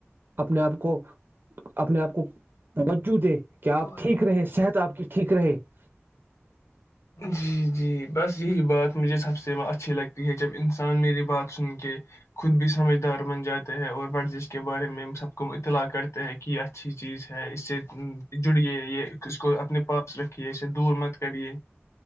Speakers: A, on the right; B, on the left.
A: اپنے آپ کو اپنے آپ کو توجہ دے کہ
B: ہیں
A: آپ ٹھیک رہے صحت آپ کی ٹھیک رہے <inaudible>
B: جی جی بس یہی بات مجھے سب سے اچھی لگتی ہے جب انسان میری بات سن کے خود بھی سمجھدار بن جاتے ہے اور ورزش کے بارے میں ہم سب کو اطلاع کرتے ہے کہ یہ اچھی چیز ہے اسے جڑیے یہ اس کو اپنے پاس رکھ کیے اسے دور مت کریے